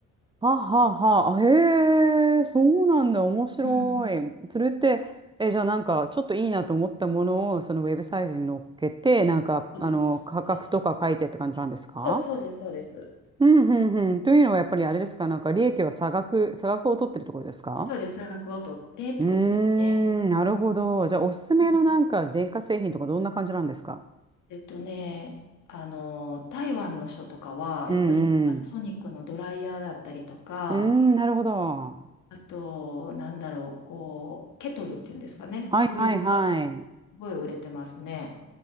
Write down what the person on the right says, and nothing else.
はあはあはあ、へえ、そうなんだ、面白い。
それって、え、じゃあなんか、ちょっといいなと思ったものを、そのウェブサイトに載っけて、なんか、
あの、価格とか書いてって感じなんですか
うんうんうん。というのは、やっぱりあれですか、なんか、利益は差額、差額を取ってるところですか
うーん、なるほど。
じゃあ、おすすめのなんか、
電化製品とか、どんな感じなんですか
うんうん。
うーん、なるほど。は
いはいはい。